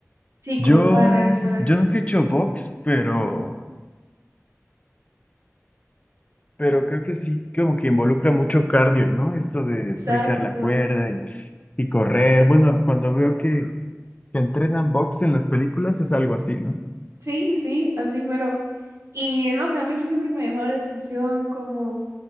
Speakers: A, on the right; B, on the left.
A: Sí,
B: Yo,
A: como para regresar a
B: yo
A: eso,
B: nunca he hecho box, pero,
A: ¿no? Ujú.
B: pero creo que sí, como que involucra mucho cardio, ¿no? Esto de
A: Exacto.
B: brincar la cuerda y, y correr. Bueno, cuando veo que, que entrenan box en las películas es algo así, ¿no?
A: Sí, sí, así mero. Y no sé, a mí sí siempre me ha llamado la atención como,